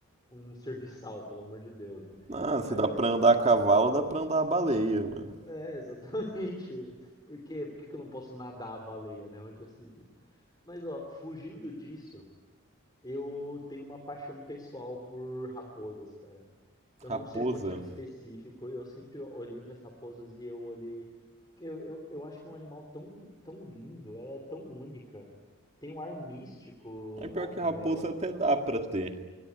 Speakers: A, on the left (about 20°); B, on the right (about 30°).
A: um serviçal, pelo amor de Deus, né?
B: Ah,
A: Mas,
B: se dá pra andar a cavalo, dá pra andar a baleia, mano.
A: é, <laughs> exatamente. Por quê? Por que que eu não posso nadar a baleia, né? Onde já se viu. Mas, ó, fugindo disso, eu tenho uma paixão pessoal por raposas, cara. Eu
B: Raposa.
A: não sei o motivo específico, eu sempre olhei para as raposas e eu olhei. Eu, eu, eu acho que é um animal tão, tão lindo, ela é tão única, tem um ar místico
B: É pior
A: ah,
B: que raposa
A: nela.
B: até dá pra ter.